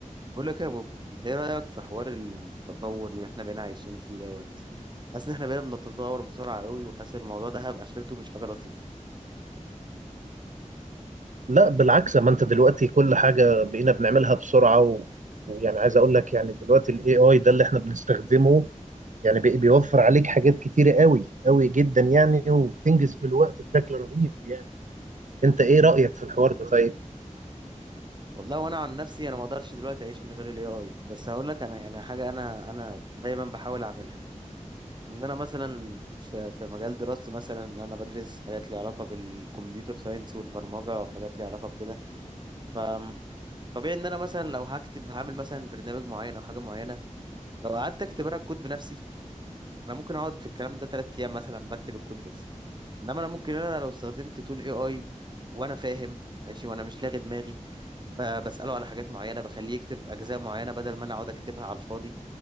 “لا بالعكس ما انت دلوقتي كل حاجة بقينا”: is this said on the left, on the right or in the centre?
Right